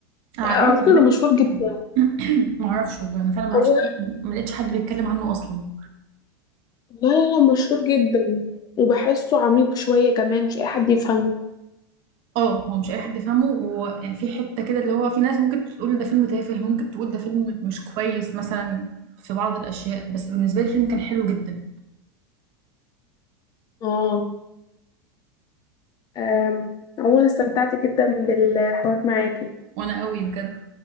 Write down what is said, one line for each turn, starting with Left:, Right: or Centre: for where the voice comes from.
Right: انا
Left: لا
Right: عاجبني
Left: على فكرة
Right: دلوقتي
Left: ده مشهور
Right: فكرته
Left: جدا
Right: <clears throat> ما اعرفش والله انا فعلا ما اعرفش
Left: هو لا
Right: ما لقيتش حد بيتكلم عنه اصلا
Left: لا لا مشهور جدا وبحسه عميق شوية كمان مش اي حد يفهمه
Right: اه هو مش اي حد يفهمه ويعني في حته كده اللي هو في ناس ممكن تقول ده فيلم تافه ممكن تقول ده فيلم مش كويس مثلا في بعض الاشياء بس بالنسبه لي الفيلم كان حلو جدا
Left: اه أم، عموما استمتعت جدا بالحوار معاكي
Right: وانا قوي بجد